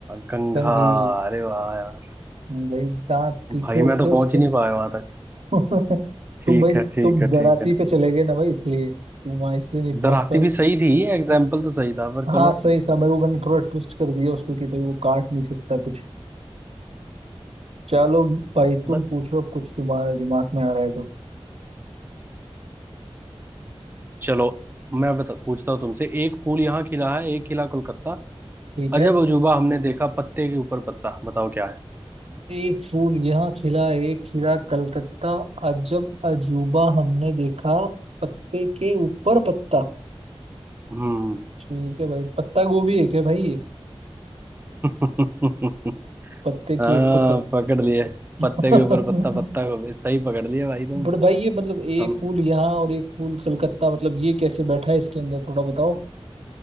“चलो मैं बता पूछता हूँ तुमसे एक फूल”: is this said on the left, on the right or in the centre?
Right